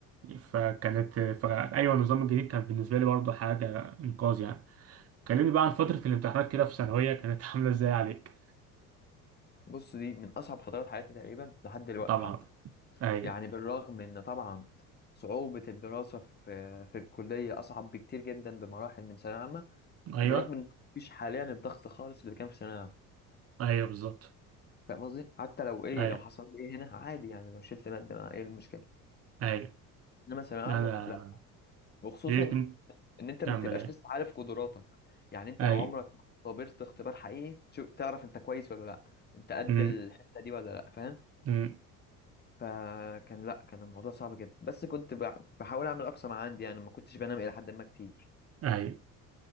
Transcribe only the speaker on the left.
بص دي من أصعب فترات حياتي تقريبا لحد دلوقتي
حتى
يعني بالرغم إن طبعا صعوبة الدراسة في في الكلية أصعب بكتير جدا بمراحل من ثانوية عامة
بالرغم إن مفيش حاليا الضغط خالص اللي كان في ثانوية عامة
فاهم قصدي؟ حتى لو إيه
لو حصل لي إيه هنا عادي يعني لو شلت مادة ما إيه المشكلة
إنما ثانوية
عامة
كانت لأ وخصوصا
ان انت
ما بتبقاش
لسه عارف قدراتك يعني انت
عمرك ما اختبرت اختبار حقيقي تشو- تعرف انت كويس ولا لا انت قد
الحتة دي ولا لا فاهم
فكان لا كان الموضوع صعب جدا بس كنت بع- بحاول اعمل اقصى ما عندي يعني ما كنتش بنام الى حد ما كتير